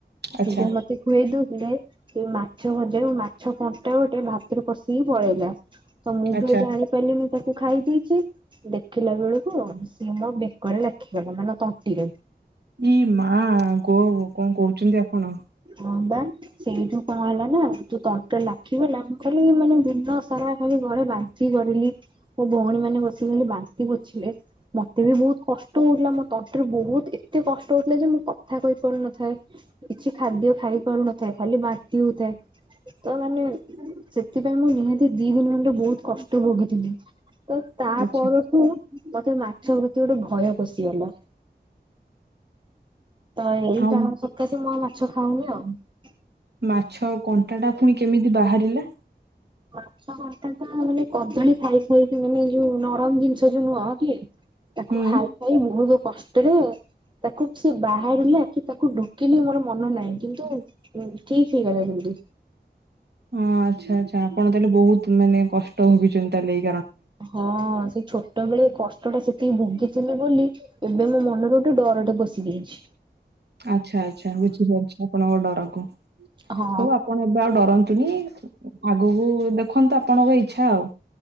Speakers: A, on the right; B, on the right.
A: ଆଚ୍ଛା
B: ସିଏ ଯୋଉ ମତେ ଖୁଏଇଦୋ ରେ ସେ ମାଛ ଭଜାରୁ ମାଛ କଣ୍ଟା ଗୋଟେ ଭାତରେ ପଷିକି ପଳେଇଲା ତ ମୁଁ
A: ଆଚ୍ଛା
B: ଟିକେ ଜାଣିପାରିଲିନି ତାକୁ ଖାଇ ଦେଇଛି ଦେଖିଲା ବେଳକୁ ଆ ସିଏ ମୋ ବେକରେ ଲାକିଗଲା ମାନେ ତଣ୍ଟିରେ।
A: ଇ ମା ଗୋ କଣ କହୁଛନ୍ତି ଆପଣ?
B: ହଁ ବା ସେଇଠୁ କଣ ହେଲା ନା ତୁ ତଣ୍ଟି ରେ ଲାଖିଗଲା ମୁଁ ଖାଲି ମାନେ ଦିନ ସାରା ଖାଲି ଘରେ ବାନ୍ତି କରିଲି ମୋ ଭଉଣୀ ମାନେ ବସିିକି ବାନ୍ତି ପୋଛିଲେ ମତେ ବି ବହୁତ କଷ୍ଟ ହଉଥିଲା ମ ତଣ୍ଟିରେ ବହୁତ ଏତେ କଷ୍ଟ ହଉଥିଲା ଯେ ମୁଁ କଥା କହି ପାରୁନଥାଏ କିଛି ଖାଦ୍ୟ ଖାଇ ପାରୁନଥାଏ। ଖାଲି ବାନ୍ତି ହଉଥାଏ। ତ ମାନେ ସେଥିପାଇଁ ମୁଁ ନିହାତି ଦି ଦିନ ଖଣ୍ଡେ ବହୁତ କଷ୍ଟ ଭୋଗିଥିଲି। ତ ତା
A: ଆଚ୍ଛା
B: ପରଠୁ ମତେ ମାଛ ପ୍ରତି ଗୋଟେ ଭୟ ପସିିଗଲା। ତ ଏଇଟା
A: ଆଉ
B: ସକାଶେ ମୁଁ ଆଉ ମାଛ ଖାଉନି ଆଉ।
A: ମାଛ କଣ୍ଟା ଟା ପୁଣି କେମିତି ବାହାରିଲା?
B: ମାଛ କଣ୍ଟାଟା ମାନେ କଦଳୀ ଖାଇ ଖାଇକି ମାନେ ଯୋଉ ନରମ ଜିନିଷ ଯୋଉ ନୁହଁ କି? ତାକୁ
A: ହୁଁ
B: ଖାଇ ଖାଇ ବହୁତ କଷ୍ଟରେ ତାକୁ ସେ ବାହାରିଲା କି ତାକୁ ଢୋକିଲି ମୋର ମନ ନାହିଁ କିନ୍ତୁ ଠିକ ହେଇଗଲା ଦିଦି।
A: ହଁ ଆଚ୍ଛା ଆଚ୍ଛା ଆପଣ ତାହେଲେ ବହୁତ ମାନେ କଷ୍ଟ ଭୋଗିଛନ୍ତି ତାହାଲେ
B: ହଁ ସେଇ ଛୋଟ ଛୋଟବେଳେ କଷ୍ଟଟା ସେତିକି ଭୋଗିଥିଲି ବୋଲି ଏବେ ମୋ ମନରେ ଗୋଟେ ଡରଟେ ପଶି ଯାଇଛି।
A: ଆଚ୍ଛା ଆଚ୍ଛା ବୁଝିପାରୁଛି ଆପଣଙ୍କ ଡର। କଣ
B: ହଁ
A: ହଉ ଆପଣ ଏବେ ଆଉ ଡରନ୍ତୁନି ଆଗକୁ ଦେଖ ଦେଖନ୍ତୁ ଆପଣଙ୍କ ଇଚ୍ଛା ଆଉ।